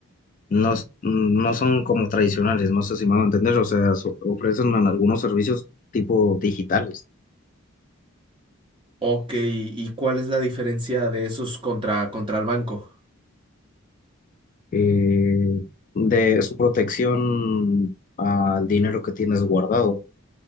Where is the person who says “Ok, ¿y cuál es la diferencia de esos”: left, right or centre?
Right